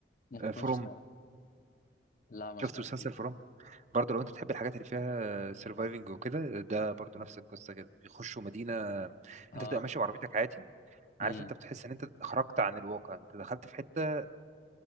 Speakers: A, on the left; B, on the right.
A: ممكن كنتش
B: فروم
A: سمعتها لا ما
B: شفت
A: سمعتهوش
B: مسلسل فروم برضه لو انت بتحب الحاجات اللي فيها سيرفايفنج وكده ده برضه نفس القصه كده بيخشوا مدينه
A: اه
B: انت بتبقى ماشي بعربيتك عادي عارف
A: امم
B: انت بتحس ان انت خرجت عن الواقع انت دخلت في حته